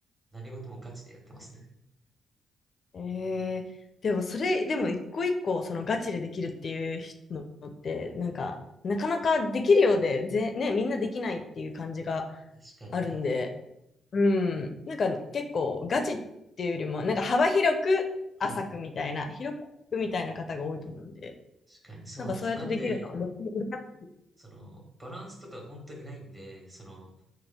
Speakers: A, on the right (about 25°); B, on the left (about 50°).
A: 何事もガチでやってますね。
B: うん。えー、でもそれ、でも一個一個そのガチでできるっていうのって、なんか、なかなかできるようで、ぜ、ね、みんなできないっていう感じが
A: 確かに。
B: あるんで、うん。なんか結構ガチっていうよりも、なんか幅広く浅くみたいな、
A: はい。
B: 広く浅くみたいな方が多いと思うんで、
A: 確かに、そうなんですよ。
B: なんかそうやってできるのは逆に羨ましい
A: なんで、その、バランスとか本当にないんで、その、